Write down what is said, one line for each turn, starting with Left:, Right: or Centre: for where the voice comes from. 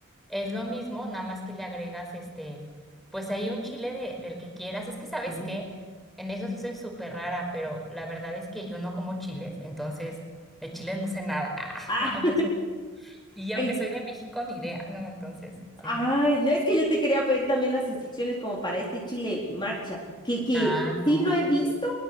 Centre: es lo mismo, nada más que le agregas este, pues ahí un chile de, del que quieras. Es que, ¿sabes
Left: Sí, sí.
Centre: qué? En eso sí soy súper rara, pero la verdad es que yo no como chiles, entonces de chiles no sé nada. <laughs> Ah,
Left: Ah.
Centre: no, aunque soy, y aunque
Left: <laughs> Ay,
Centre: soy de México, ni idea, ¿no? Entonces, sí.
Left: Ay, no es que yo te quería pedir también las instrucciones como para este chile marcha, que, que
Centre: Ah, no,
Left: sí lo he visto,